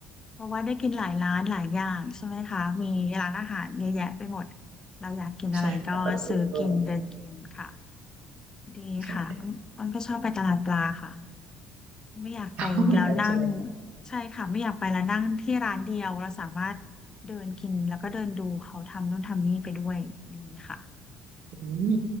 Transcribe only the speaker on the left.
เพราะว่าได้กินหลายร้านหลายอย่างใช่ไหมคะมีร้านอาหารเยอะแยะไปหมดเราอยากกินอะไรก็ซื้อกินเดินกินค่ะ
ดีค่ะ
อ้นก็ชอบไปตลาดปลาค่ะ ไม่อยากไปแล้วนั่ง
ใช่ค่ะไม่อยากไปแล้วนั่งที่ร้านเดียวเราสามารถเดินกินแล้วก็เดินดูเขาทำนู่นทำนี่ไปด้วยอย่างนี้ค่ะ